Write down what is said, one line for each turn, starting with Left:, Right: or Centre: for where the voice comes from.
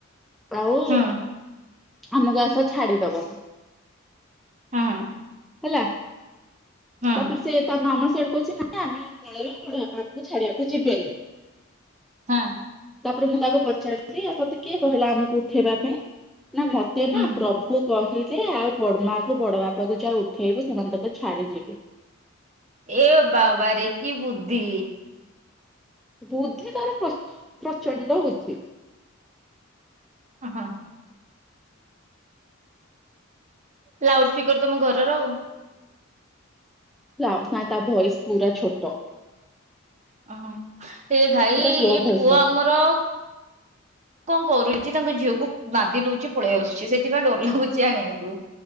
Centre: ଆଉ
Right: ହୁଁ
Centre: ଆମକୁ ଆସ ଛାଡିଦବ।
Right: ହଁ।
Centre: ହେଲା।
Right: ହଁ
Centre: ତାପରେ ସେ ତା ମାମା ସିଏ ସେଉଠୁ କହୁଚି ନା ଆମେ ପଳେଇବା ବଡଆପା ଆମକୁ ଛାଡିଆକୁ ଯିବେନି।
Right: ହଁ।
Centre: ପରେ ମୁଁ ତାକୁ ପଚାରିଲି ଆଉ ତତେ କିଏ କହିଲା ଆମକୁ ଉଠେଇବା ପାଇଁ? ନା ମତେ
Right: ହୁଁ।
Centre: ନା ପ୍ରଭୁ କହି ଉଠିଲେ ଆଉ ବଡ ମାଆ କୁ ବଡ ବାପା କୁ ଯାଆ ଉଠେଇବୁ ସେମାନେ ତତେ ଛାଡିଯିବେ।
Right: ଏ ବାବା ରେ କି ବୁଦ୍ଧି।
Centre: ବୁଦ୍ଧି ତାର ପ୍ର ପ୍ରଚଣ୍ଡ ବୁଦ୍ଧି।
Right: ହଁ ହଁ। ଲାଉଡ ସ୍ପିକର ତମ ଘରର ଆଉ।
Centre: ଲାଉ ନାଇ ତା ଭଏସ ପୁରା ଛୋଟ।
Right: ଓହୋ ଏ ଭାଇ
Centre: ପୁରା
Right: ଇଏ
Centre: ସ୍ଲୋ ଭଏସ
Right: ପୁଅ
Centre: ଟା
Right: ଆମର କଣ କରୁଚୀ ତାଙ୍କ ଝିଅକୁ ନାଦି ଦଉଚି ପଳେଇ ଆସୁଛି ସେଥିପାଇଁ ଡର ଲାଗୁଛି ଆଣିଆକୁ।